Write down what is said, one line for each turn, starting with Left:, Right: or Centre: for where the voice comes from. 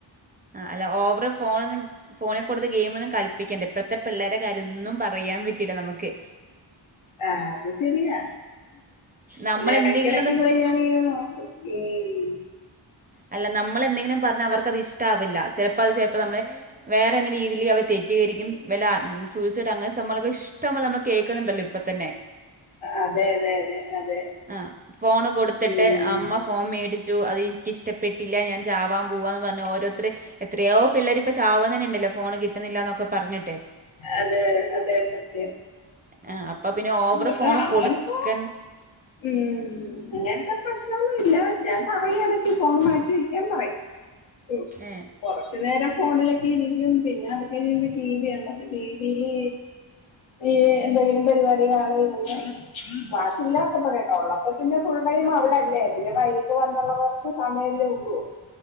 Right: ആ അല്ല ഓവർ ഫോൺ ഫോണിൽ കൊടു ടുത്ത് ഗെയിമന്നും കളിപ്പിക്കണ്ട ഇപ്പഴത്തെ പിള്ളരെ കാര്യൊന്നും പറയാൻ പറ്റില്ല നമുക്ക്
Left: ആ അത് ശെരിയാ
Right: നമ്മളെന്തെങ്കിലും
Left: പിന്നെ ഇടക്ക ഇടക്ക്
Right: ഒന്ന്
Left: പോയി ഞാനിങ്ങനെ നോക്കും ഉം
Right: അല്ല നമ്മൾ എന്തെങ്കിലും പറഞ്ഞാൽ അവർക്കത് ഇഷ്ട ആവില്ല ചിലപ്പോ അത് ചിലപ്പോ നമ്മെ വേറെ എന്ത രീതിൽ അവർ തെറ്റീദരിക്കും വല്ല ആ സൂസൈഡ് അങ്ങ് നമ്മളക്കെ ഇഷ്ട നമ്മൾ കേൾക്കുന്നുണ്ടല്ലോ ഇപ്പ തന്നെ
Left: അതെ അതെ അതെ അതെ
Right: ആ ഫോണ് കൊടുത്തിട്ട്
Left: ഉം
Right: അമ്മ ഫോൺ മേടിച്ച് ചു അത് എനിക്കിഷ്ടപ്പെട്ടില്ല ഞാൻ ചാവാൻ പോവാ എന്ന് പറഞ്ഞ ഓരോരുത്ത എത്രയോ പിള്ളർ ഇപ്പ ചാവ തന്നെ ഫോണ് കിട്ടുന്നില്ലന്നൊക്കെ പറഞ്ഞിട്ടേ
Left: അതെ അതെ സത്യം
Right: ആ അപ്പൊ പിന്നെ ഓവർ
Left: ഇവിടെ
Right: ഫോണ്
Left: അങ്ങനത്തെ
Right: കൊടുക്ക
Left: ഉം അങ്ങനത്തെ പ്രശ്നന്നുല്ല ഞാൻ പറയാണെങ്കി ഫോൺ മാറ്റി വെക്കാൻ പറയും ഉം
Right: ഏ
Left: കൊറച്ചുനരം ഫോണിലൊക്കെ ഇരിക്കും പിന്നെ അത് കഴിഞ്ഞ ടി വി ആണ്ടോ അപ്പ ടി വിയില് ഈ എന്തെങ്കിലും പരിപാടി കാണോ ഇരുന്ന് ക്ലാസില്ല പ്പെട കേട്ടോ ഉള്ളപ്പോ പിന്നെ ഫുള്ളയും അവിടെല്ലേ പിന്നേ വൈകിട്ട് വന്നുള്ള കുറച്ച് സമയല്ലേ ഉള്ളൂ